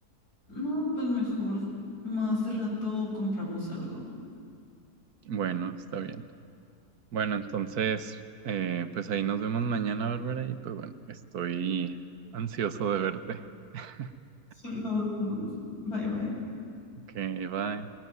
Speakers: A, on the left (about 70°); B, on the right (about 70°).
A: No, pues mejor más de rato compramos algo.
B: Bueno, está bien. Bueno, entonces, eh, pues ahí nos vemos mañana, Bárbara, y pues bueno, estoy ansioso de verte. <laughs>
A: Sí, nos vemos. Bye bye.
B: Ok, bye.